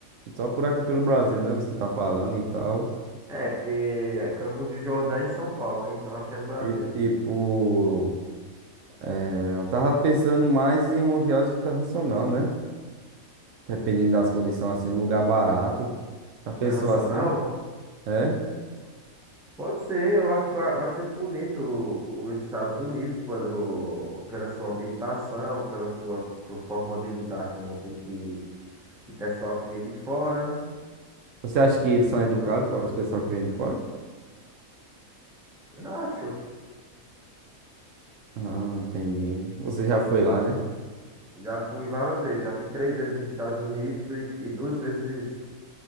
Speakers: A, on the right; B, in the centre.
A: Só por aqui pelo Brasil, né? Você tá falando e tal.
B: É, porque Campos do Jordão é em São Paulo, né? Então acho que é no Brasil.
A: E tipo, é, eu tava pensando mais em uma viagem internacional, né? Dependendo das condições, assim, um lugar barato. Já pensou
B: Internacional?
A: assim? É?
B: Pode ser, eu acho ba- bastante bonito o- os Estados Unidos pelo, pela sua ambientação, pela sua, sua forma de lidar com o tipo de, de pessoal que vem de fora, né?
A: Você acha que eles são educados para os pessoal que vem de fora?
B: Eu Acho.
A: Ah, entendi. Você já foi lá, né?
B: Já fui várias vezes, já fui três vezes nos Estados Unidos e, e duas vezes.